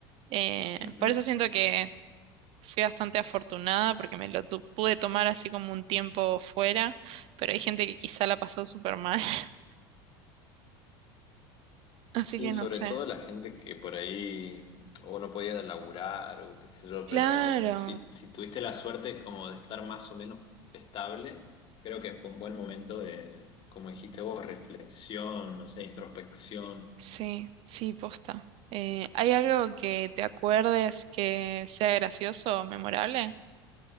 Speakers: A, on the right (about 50°); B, on the left (about 45°).
A: eh,
B: Ujú.
A: por eso siento que fui bastante afortunada porque me lo tu- pude tomar así como un tiempo fuera, pero hay gente que quizá la pasó súper mal. <laughs> Así
B: Sí,
A: que
B: sobre
A: no sé.
B: todo la gente que por ahí o no podía laburar o qué sé yo,
A: Claro.
B: pero si, si tuviste la suerte como de estar más o menos estable, creo que fue un buen momento de, como dijiste vos, reflexión, no sé, introspección.
A: Sí, sí, posta. Eh, ¿hay algo que te acuerdes que sea gracioso o memorable?